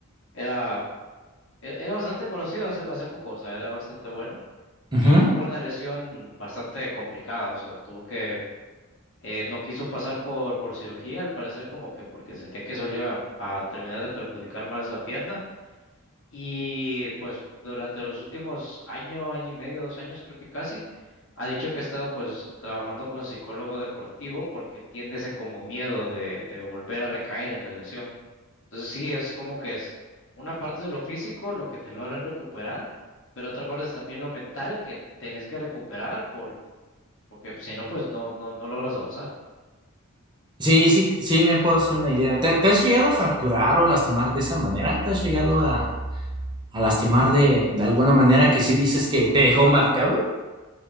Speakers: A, on the left (about 60°); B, on the right (about 20°).
A: Era, er- era bastante conocido hace, hace poco, o sea, era bastante bueno
B: ujú.
A: y tuvo una lesión bastante complicada, o sea, tuvo que, eh, no quiso pasar por, por cirugía, al parecer como que porque sentía que eso le iba a a terminar de perjudicar más la pierna Y pues durante los últimos año, año y medio, dos años creo que casi, ha dicho que ha estado pues trabajando con psicólogo deportivo porque tiene ese como miedo de, de volver a recaer en la lesión. Entonces sí, es como que es una parte es lo físico, lo que te logran recuperar, pero otra parte es también lo mental que tenés que recuperar por, porque si no, pues no, no, no logras avanzar.
B: Sí, sí, sí, me puedo hacer una idea. ¿Te, te has llegado a fracturar o lastimar de esa manera? ¿Te has llegado a, a lastimar de, de alguna manera que sí dices que te dejó marcado?